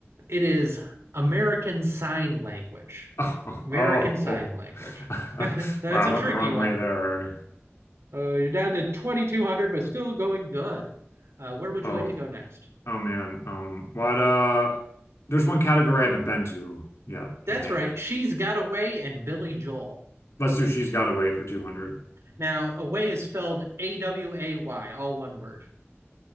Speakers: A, on the right (about 80°); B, on the left (about 80°).
A: It is American Sign Language.
B: Oh,
A: American
B: oh, oh.
A: Sign Language.
B: oh.
A: <laughs>
B: <laughs>
A: That's
B: Wow,
A: a
B: I went
A: tricky
B: the wrong
A: one.
B: way there.
A: Uh, you're down to 2,200, but still going good. Uh, where would
B: Oh,
A: you like to go next?
B: oh man. Um, what, uh, there's one category I haven't been to yet,
A: That's
B: I think.
A: right. She's Got Away and Billy Joel.
B: Lester, she's got away for 200.
A: Now, away is spelled A W A Y, all one word.